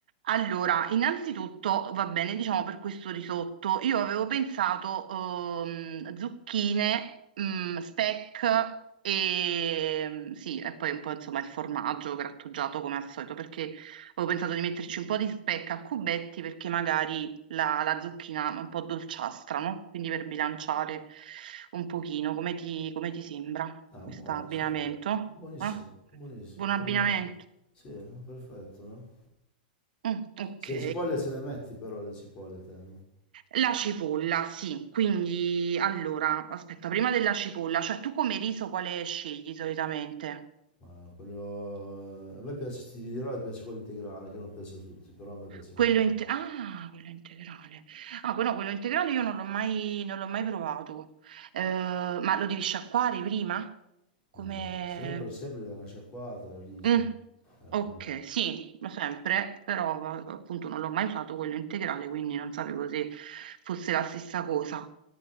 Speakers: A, on the right; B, on the left.
A: Allora, innanzitutto va bene, diciamo per questo risotto, io avevo pensato ehm, zucchine, mm, speck e mm, sì, e poi un po' insomma il formaggio grattugiato come al solito, perché avevo pensato di metterci un po' di speck a cubetti perché magari la, la zucchina è un po' dolciastra, no? Quindi per bilanciare un pochino, come ti, come ti sembra
B: ah,
A: questo
B: buono,
A: abbinamento?
B: sì, buonissimo,
A: Eh?
B: buonissimo,
A: Buon
B: formato,
A: abbinamento.
B: sì, perfetto, no?
A: Mm, ok.
B: Se le cipolle ce le metti però, le cipolle te, no?
A: La cipolla, sì, quindi allora, aspetta, prima della cipolla, cioè tu come riso quale scegli solitamente?
B: Ma quello... A me piace, ti dirò, mi piace quello integrale, che non piace a tutti, però a me piace
A: Quello,
B: quello... con-
A: inte- ah, quello integrale. Ah, quello, quello integrale io non l'ho mai, non l'ho mai provato. Eh, ma lo devi sciacquare prima?
B: Ma
A: Come...
B: se- sempre, sempre gli dai una sciacquata al riso.
A: Mm,
B: Eh,
A: ok,
B: quindi-
A: sì, lo sempre, però appunto non l'ho mai usato quello integrale, quindi non sapevo se fosse la stessa cosa.